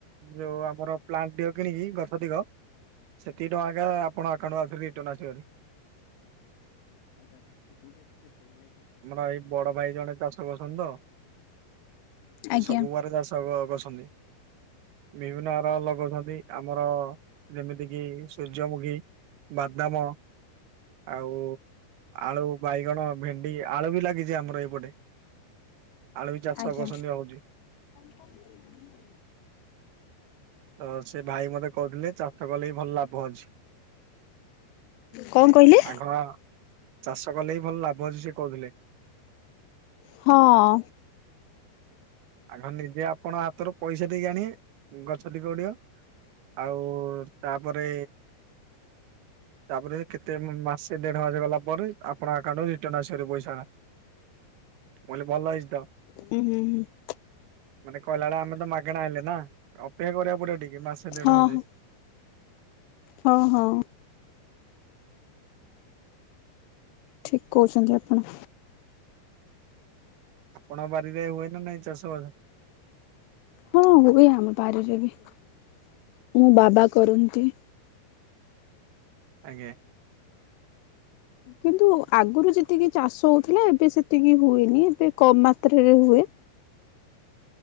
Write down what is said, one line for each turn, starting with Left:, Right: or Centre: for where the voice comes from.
Right: ଯୋଉ ଆମର ପ୍ଲାଣ୍ଟ ଦ କିଣିକି ଗଛ ଦଗ ସେତିକ ଟଙ୍କା ଆପଣ ଆକାଉଣ୍ଟ ରିଟର୍ଣ ଆସିବି,
Left: ଆଗ ଦୁ ବଜ ସେ ପ
Right: ଆମର ଏଇ ବଡ ଭାଇ ଜଣେ ଚାଷ କରୁଛନ୍ତି ତ।
Left: ଆଜ୍ଞା
Right: ଏ ସବୁ ପରେରେ ଚାଷ କରଛନ୍ତି। ବିଭିନ୍ନ ଆର ଲଗାଉଛନ୍ତି ଆମର ଯେମିତି କିି ସୂର୍ଯ୍ୟମୁଖୀ। ବାଦାମ ଆଉ ଆଳୁ ବାଇଗଣ ଭେଡି। ଆଳୁ ବି ଲାଗିଛି ଆମର ଏଇପଟେ ଆଳୁ ବି ଚାଷକର୍ଷଣୀୟ
Left: ଆଜ୍ଞା
Right: ହଉଛି।
Left: <inaudible>
Right: ତ ସେ ଭାଇ ମତେ କହୁଥିଲେ ଚାଷ କଲେ ବିି ଭଲ ଲାଭ ଅଉଛି।
Left: କଣ କହିଲେ
Right: ଆଘର ଚାଷ କଲେ ବିି ଭଲ ଲାଭ ଅଛି ସେ କହୁଥିଲେ।
Left: ହଁ।
Right: ଆଗ ନିଜେ ଆପଣ ହାତରୁ ପଇସା ଦେଇକି ଆଣିବେ ଗଛ ଟିକଡିବ। ଆଉ ତାପରେ ତାପରେ କେତେ ମାସେ ଦେଢ ହ ଗଲା ପରେ ଆପଣଉଣ୍ଟ ରଟର୍ଣ ଆସିବ ପଇସା ଟା କଲେ ଭଲ ହେଇଛି ତ
Left: ଉୁଁ ହୁଁ ହୁଁ
Right: ମାନେ କହିଲ ବେଳେ ଆମେ ତ ମାଗେଣା ହେଣଲେ ନା ଅପେକ୍ଷା କରିବାକୁ ପଡିବ ଟିକେ ମାସେ ଦେଢ
Left: ହଁ
Right: ହଜେ
Left: ହଁ ହଁ ହଁ ଠିକ କହୁଛନ୍ତି ଆପଣ
Right: ଆପଣଙ୍କ ବାରିରେ ହୁଏ ନା ନାଇଁ ଚାଷ
Left: ହଁ ହୁଏ ଆମ ପାାରିରେ ବି ମୁଁ ବାବା କରନ୍ତି
Right: ଆ୍ଞ
Left: କିନ୍ତୁ ଆଗରୁ ଯେତିକି ଚାଷ ହଉଥିଲା ଏବେ ସେତିକି ହୁଏନି ଏବେ କମ ମାତ୍ରରେ ହୁଏ